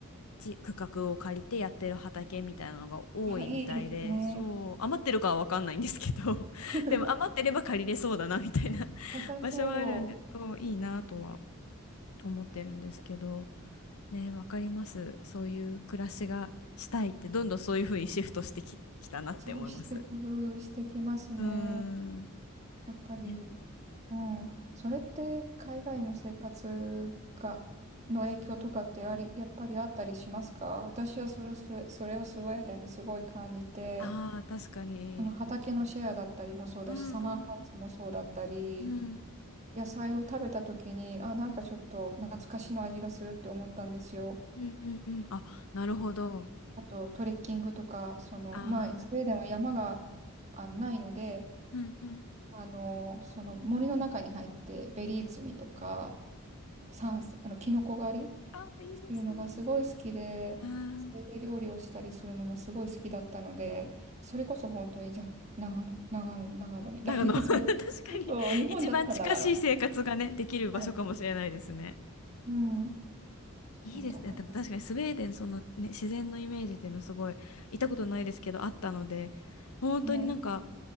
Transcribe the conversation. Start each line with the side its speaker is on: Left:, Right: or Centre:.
Left: ち区画を借りてやってる畑みたいなのが多いみたいで、
Right: あ、いいですね。
Left: そう、余ってるかは分かんないんですけど、<laughs>
Right: <laughs>
Left: でも余ってれば借りれそうだなみたいな <laughs>
Right: 良さそう。
Left: 場所はあるんで、そう、いいなとは思ってるんですけど、ね、わかります。そういう暮らしがしたいって、どんどんそういうふうにシフトしてき、きたなって思います。
Right: そうして工夫してきますね。
Left: うーん。
Right: やっぱり。
Left: ね、
Right: うん。それって海外の生活が、の影響とかってあり、やっぱりあったりしますか私はそれをスウェ、それをスウェーデンですごい感じて、
Left: ああ、確かに。
Right: その畑のシェアだったりもそうだし、
Left: うんうん
Right: サマーハウスもそうだったり、
Left: うん
Right: 野菜を食べた時に、あ、なんかちょっと懐かしの味がするって思ったんですよ。
Left: うんうんうんうん。あ、なるほど。
Right: あとトレッキングとか、その、
Left: ああ、
Right: まあ、スウェーデンは山があないので、
Left: うんうん。
Right: あの、その森の中に入ってベリー摘みとか、山あの、キノコ狩り
Left: ああ、いいですね。
Right: するのがすごい好きで、
Left: ああ、
Right: それで料理をしたりするのもすごい好きだったので、それこそ本当に、じゃあ、長野、長野、長野みたいな、
Left: 長野、<laughs> 確かに一番近しい生活がね、
Right: <laughs> その、そう日本だったら長野みたい
Left: できる場所かもしれないですね。
Right: な。はい。うん。そうだと思います。
Left: いいですね。でも確かにスウェーデン、そのね、自然のイメージっていうのすごい、行ったことないですけど、あったので、本当になんか
Right: はい。